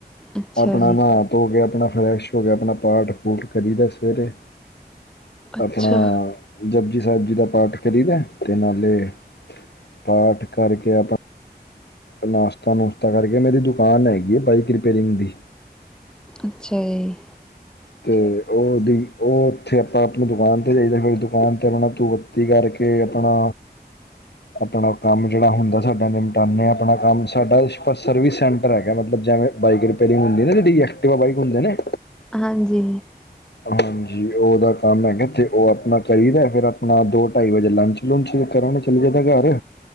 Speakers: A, in the centre; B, on the left (about 80°).
A: ਅੱਛਾ
B: ਅਪਣਾ
A: ਜੀ
B: ਨਹਾ-ਧੋਕੇ, ਅਪਣਾ ਫਰੈਸ਼ ਹੋਕੇ ਆਪਣਾ ਪਾਠ, ਪੂਠ ਕਰੀਦਾ ਸਵੇਰੇ।
A: ਅੱਛਾ
B: ਆਪਣਾ ਜਪੁ ਜੀ ਸਾਹਿਬ ਜੀ ਦਾ ਪਾਠ ਕਰੀਦਾ, ਤੇ ਨਾਲੇ ਪਾਠ ਕਰਕੇ ਆਪਾਂ ਨਾਸ਼ਤਾ-ਨੁਸ਼ਤਾ ਕਰਕੇ, ਮੇਰੀ ਦੁਕਾਨ ਹੈਗੀ ਏ, ਬਾਈਕ ਰਿਪੇਅਰਿੰਗ ਦੀ।
A: ਅੱਛਾ ਜੀ।
B: ਤੇ ਓਦੀ ਓ ਉੱਥੇ ਆਪਾਂ ਆਪਣੀ ਦੁਕਾਨ ਤੇ ਦੇ ਦੇਣਾ ਦੁਕਾਨ ਤੇ ਆਪਣਾ ਧੂਫ ਬੱਤੀ ਕਰਕੇ ਆਪਣਾ ਆਪਣਾ ਕੰਮ ਜਿਹੜਾ ਹੁੰਦਾ ਸਾਡਾ ਨਿਮਟਾਉਂਦੇ ਆਪਣਾ ਕੰਮ ਸਾਡਾ ਸਰਵਿਸ ਸੈਂਟਰ ਹੈਗਾ ਮਤਲਬ ਜਿਵੇਂ ਬਾਈਕ ਰਿਪਅਰਿੰਗ ਹੁੰਦੀ ਨਾ ਤੁਹਾਡੀ ਐਕਟਿਵਾ ਬਾਈਕ ਹੁੰਦੇ ਨੇ
A: ਹਾਂਜੀ
B: ਹਾਂਜੀ ਉਹਦਾ ਕੰਮ ਹੈਗਾ ਇੱਥੇ ਉਹ ਆਪਣਾ ਚਾਹੀਦਾ ਦਾ ਫਿਰ ਆਪਣਾ ਦੋ ਢਾਈ ਵਜੇ ਲੰਚ ਲੰਚ ਸ਼ੇਅਰ ਕਰਾਂਗੇ ਚਲੀਏ ਤਾਂ ਘਰ